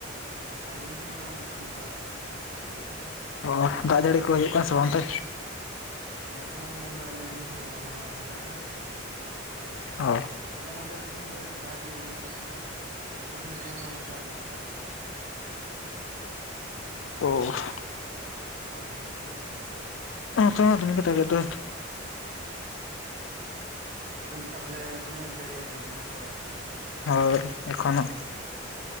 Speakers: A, on the right; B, on the left.
A: ᱟᱹᱞᱤᱧ ᱦᱚᱸ ᱱᱚᱜᱼᱚᱭ ᱚᱲᱟᱜ ᱥᱮᱫ ᱨᱮᱜᱮ ᱢᱮᱱᱟᱜ ᱟᱠᱟᱫ ᱞᱤᱧᱭᱟ
B: ᱚ ᱫᱟᱜ ᱡᱟᱹᱲᱤ ᱠᱚ ᱦᱤᱡᱩᱜ ᱠᱟᱱ ᱥᱮ ᱵᱟᱝ ᱚᱱᱛᱮ?
A: ᱱᱚᱛᱮ ᱫᱟᱜ ᱡᱟᱹᱲᱤ ᱠᱚᱫᱚ ᱵᱚᱱᱫᱚ ᱠᱟᱫᱟᱭ ᱦᱟᱸᱜ ᱾ ᱟᱫᱚ,
B: ᱚ
A: ᱦᱚᱞᱟ ᱢᱟᱫᱷᱮᱨ ᱠᱷᱚᱱ ᱫᱚ ᱫᱟᱜ ᱜᱮ ᱞᱮ ᱜᱮ ᱛᱟᱦᱮᱸ-ᱟ ᱾ ᱟᱨ ᱛᱮᱦᱮᱧ ᱫᱚ ᱵᱟᱭ ᱫᱟᱜ ᱟᱠᱟᱜᱼᱟ,
B: <unintelligible>
A: ᱦᱳᱭ ᱚᱱᱮ ᱚᱱᱠᱟ ᱦᱟᱸᱜ
B: ᱚ ᱛᱮ ᱦᱚᱸ ᱫᱚᱢᱮᱜᱮ ᱫᱟᱜᱮᱜ ᱫᱚᱭ
A: ᱦᱮᱸ ᱛᱟᱦᱚᱞᱮ ᱫᱚᱢᱮ ᱡᱟᱹᱲᱤᱭᱟᱯᱮ ᱠᱟᱱᱟᱭ ᱟᱯᱮ ᱫᱚ?
B: ᱦᱳᱭ ᱮᱠᱷᱚᱱᱳ